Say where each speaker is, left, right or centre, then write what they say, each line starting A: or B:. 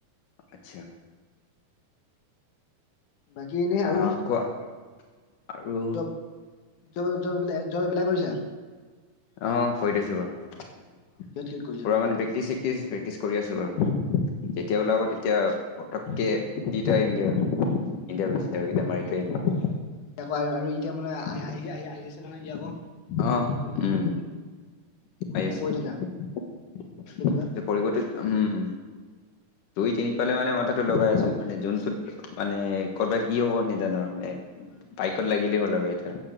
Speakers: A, on the left (about 85°); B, on the left (about 70°).
A: আচ্ছা
B: বাকী এনেই আৰু
A: অঁ কোৱা আৰু
B: জব জব জব এইবিলাক। জব এপ্লাই কৰিচা?
A: অ কৰি থৈছো বাৰু পুৰা
B: কিহত ক্লিক কৰিছা বাৰু
A: মানে
B: হয়
A: প্ৰেক্টিচ চক্টিচ প্ৰেক্টিচ কৰি আছোঁ বাৰু যেতিয়া ওলাব তেতিয়া পটককৈ দি থ আহিমগৈ আৰু <unintelligible> ইণ্ডিয়া গৈছিলে এইকেইটা মাৰি থৈ আহিমগে
B: এতিয়া আকৌ আৰু এতিয়া মানে আহ আহি আহি আহি আছে নহয় এ আকৌ।
A: অ
B: এৰি এৰি
A: উম।
B: পঢ়ি
A: হৈ
B: থাকা
A: আছে
B: পঢ়ি
A: এতিয়া
B: থাকা ভালকে দিবা
A: পৰিৱৰ্তিত উম।
B: <unintelligible>
A: দুই তিনি পালে মানে মথাটো লগাই আছো মানে যোনটোত মানে কৰ'বাত কি হ'ব নজানো আৰু মানে।
B: হয়
A: বাইকত লাগিলেই হ'ল আৰু এতিয়া